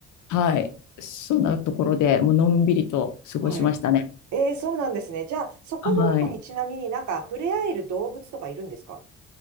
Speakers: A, on the left; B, on the right.
A: はい、そんなところでもうのんびりと過ごしましたね。
B: はい。えー、そうなんですね。じゃあ、そこの中にちなみになんか触れ合える動物とかいるんですか
A: はい。